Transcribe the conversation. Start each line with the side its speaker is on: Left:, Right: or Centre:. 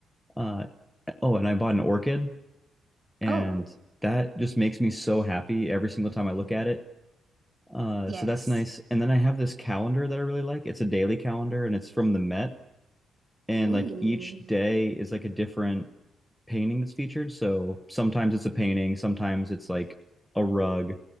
Centre: Uh, oh, and I bought an orchid and
Right: Oh,
Centre: that just makes me so happy every single
Right: Mhm.
Centre: time I look at it. Uh,
Right: yes.
Centre: so that's nice. And then I have this calendar that I really like. It's a daily calendar, and it's from the Met. And
Right: Ooh.
Centre: like each day is like a different painting that's featured. So sometimes it's a painting, sometimes it's like a rug,